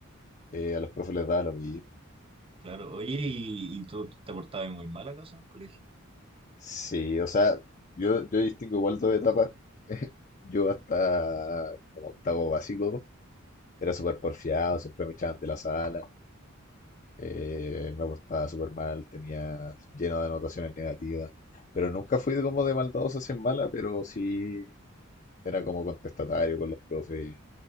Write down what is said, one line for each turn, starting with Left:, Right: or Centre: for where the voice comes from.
Left: eh, a los profes les daba lo mismo.
Right: Claro, oye,
Left: sí
Right: ¿y, y tú te portabas muy mal acaso en el colegio?
Left: Sí, o sea, yo, yo distingo igual dos etapas. Yo hasta como octavo básico era súper porfiado, siempre me echaban de la sala, eh, me portaba súper mal, tenía lleno de anotaciones negativas, pero nunca fui de como de maldadoso hacia mala, pero sí era como contestatario con los profes,